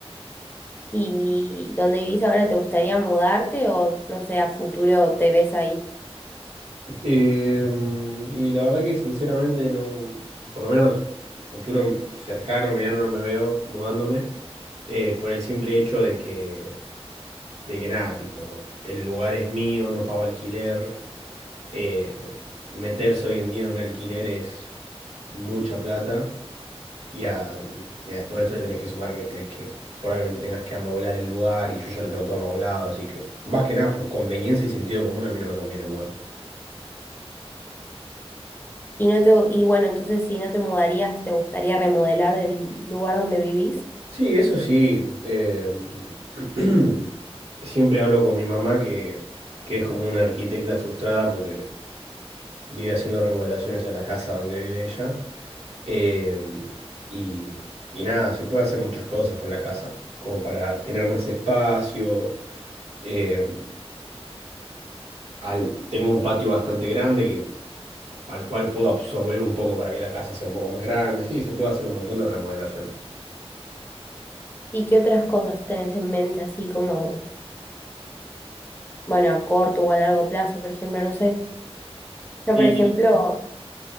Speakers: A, on the left; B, on the right.
A: ¿Y donde vivís ahora te gustaría mudarte o no sé, a futuro te ves ahí?
B: Eh, y la verdad que sinceramente no, por lo menos futuro cercano, mediano no me veo mudándome, eh, por el simple hecho de que, de que nada, tipo, el lugar es mío, no pago alquiler, eh, meterse hoy en día en un alquiler es mucha plata y a, y a todo esto le tenés que sumar que tenés que, probablemente tengas que amoblar el lugar y yo ya lo tengo todo amoblado, así que más que nada por conveniencia y sentido común a mí no me conviene mudarme.
A: Y no te, y bueno, entonces si no te mudarías, ¿te gustaría remodelar el lugar donde vivís?
B: Sí, eso sí. eh, <clears throat> siempre hablo con mi mamá que, que es como una arquitecta frustrada porque vive haciendo remodelaciones a la casa donde vive ella. eh, y, y nada, se puede hacer muchas cosas con la casa, como para tener más espacio. eh, al- tengo un patio bastante grande que, al cual puedo absorber un poco para que la casa sea un poco más grande. Sí, se puede hacer un montón de remodelaciones.
A: ¿Y qué otras cosas tenés en mente así como bueno, a corto o a largo plazo, por ejemplo, no sé. Yo,
B: Y
A: por ejemplo,